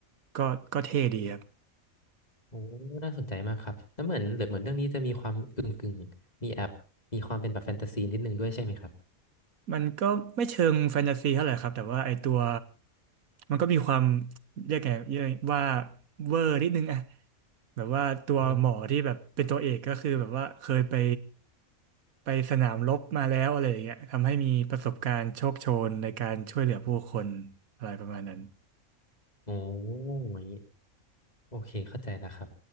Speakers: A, on the right (about 80°); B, on the left (about 30°).
A: ก็ก็เท่ดีครับ
B: โอ้น่าสนใจมากครับ แล้วเหมือนเหลือเหมือนเรื่องนี้จะมีความกึ่งกึ่งมีแอบมีความเป็นแบบแฟนตาซีนิดนึงด้วยใช่ไหมครับ
A: มันก็ไม่เชิงแฟนตาซีเท่าไหร่ครับแต่ว่าไอตัวมันก็มีความเรียกไงเรียกว่าเวอร์นิดนึงอะแบบว่าตัวหมอที่แบบเป็นตัวเอกก็คือแบบว่าเคยไป
B: อืม
A: ไปสนามรบมาแล้วอะไรอย่างเงี้ยทำให้มีประสบการณ์โชคโชนในการช่วยเหลือผู้คนอะไรประมาณนั้น
B: โอ้โหอยางนี้โอเคเข้าใจแล้วครับ